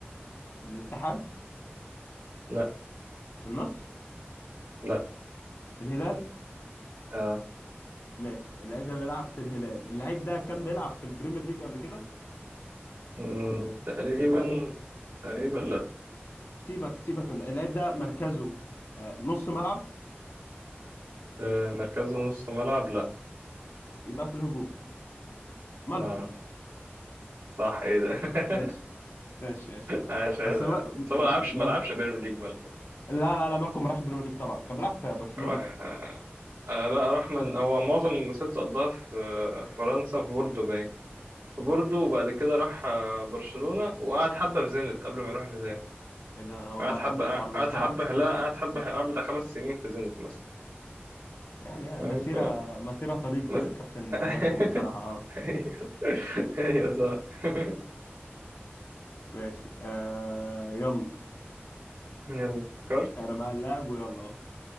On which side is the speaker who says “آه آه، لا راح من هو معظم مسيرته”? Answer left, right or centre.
Right